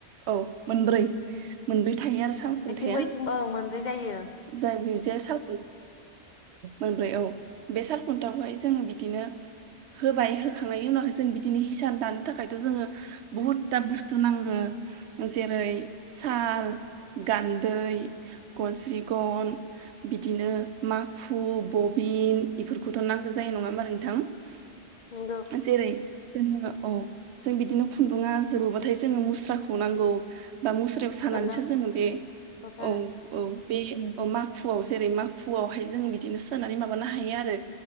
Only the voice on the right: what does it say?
औ मोनब्रै मोनब्रै थायो आरो साल खुन्थाया
जाय गजाया <unintelligible> मोनब्रै औ बे सालखुन्थाखौहाय जोङो बिदिनो होबाय होखांनायनि उनावहाय जों बिदिनो हिसान दानो थाखायथ' जोङो बुहुद दाब बुस्थु नांगौ जेरै साल गान्दै गनस्रि गन, बिदिनो माखु, बबिन बेफोरखौथ' नांगौ जायो नङा होमबा नोंथां एस
जेरै जोङो औ जों बिदिनो खुन्दुङा जोबोबाथाय जोङो मुस्राखौ नांगौ। बा मुस्रायाव सानानैसो
जोङो बे
औ औ बे औ माखुआव जेरै माखुआवहाय जों बिदिनो सोनानै माबानो हायो आरो